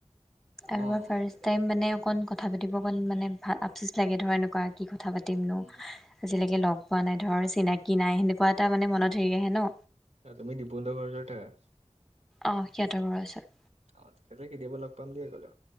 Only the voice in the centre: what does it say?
আৰু
মই ফাৰ্ষ্ট
টাইম মানে অকন কথ থা পাতিব অকণ মানে ভাল আফচুচ লাগে ধৰ এনেকুৱা কি কথা পাতিমনো
আজিলেকে লগ পোৱা নাই ধৰ চিনাকি নাই সেনেকুৱা এটা মানে মনত হেৰি আহে ন,
অঁ সিহঁতৰ ঘৰ ওচৰত,